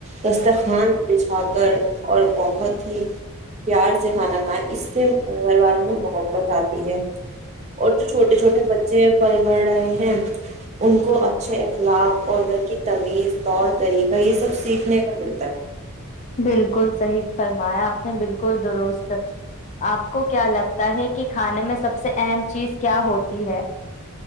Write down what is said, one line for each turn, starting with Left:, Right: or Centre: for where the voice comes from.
Right: دستخوان بچھا کر اور بہت ہی پیار سے کھانا کھائیں اس سے گھر والوں میں محبت آتی ہے اور جو چھوٹے چھوٹے بچے پل بڑھ رہے ہیں ان کو اچھے اخلاق اور گھر کی تمیز طور طریقہ یہ سب سیکھنے کا ملتا ہے
Left: بالکل صحیح فرمایا آپ نے بالکل درست آپ کو کیا لگتا ہے کہ کھانے میں سب سے اہم چیز کیا ہوتی ہے